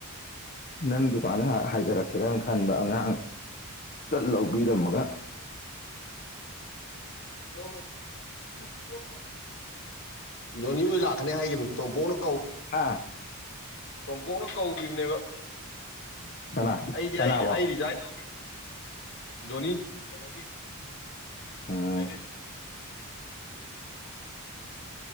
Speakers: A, on the left; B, on the left.
A: ꯅꯪ ꯗꯨꯀꯥꯟꯗ ꯉꯥꯏꯍꯥꯛ ꯍꯥꯏꯊꯔꯛꯀꯦꯔ ꯈꯟꯕ ꯑꯉꯥꯡ ꯂꯧꯕꯤꯔꯝꯃꯒ
B: ꯀꯣ ꯍꯧ ꯖꯣꯅꯤ ꯍ ꯂꯥꯛꯀꯅꯤ ꯍꯥꯏꯈꯤꯕꯅꯤ ꯇꯣꯝꯄꯣꯅ
A: ꯍꯥꯥ
B: ꯇꯣꯝꯄꯣꯛꯅ ꯀꯧꯈꯤꯕꯅꯦꯕ
A: ꯀꯅꯥ
B: ꯑꯩꯗꯤ
A: ꯀꯅꯥꯕꯣ
B: ꯑꯩ ꯑꯩ ꯔꯤꯖꯥꯏꯟ ꯇꯧꯦ ꯖꯣꯅꯤ ꯀꯩꯅꯧꯒ
A: ꯎꯝ
B: ꯒꯠ ꯊꯤ
A: <unintelligible>